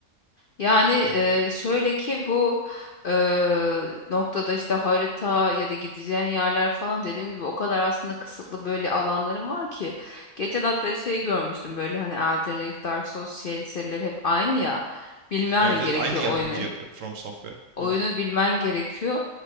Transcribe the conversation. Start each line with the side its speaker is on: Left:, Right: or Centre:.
Left: Yani eee,
Right: Hı hı.
Left: şöyle ki bu eee, noktada işte harita ya da gideceğin yerler falan dediğim gibi o kadar aslında kısıtlı böyle alanlarım var ki. Geçen hatta şey görmüştüm böyle hani Elden Ring, Dark Souls şey, serileri hep aynı ya. Bilmen
Right: Evet
Left: gerekiyor
Right: evet aynı yapımcı
Left: oyunu.
Right: yapıyor From Software.
Left: oyunu
Right: Hı hı.
Left: bilmen gerekiyor.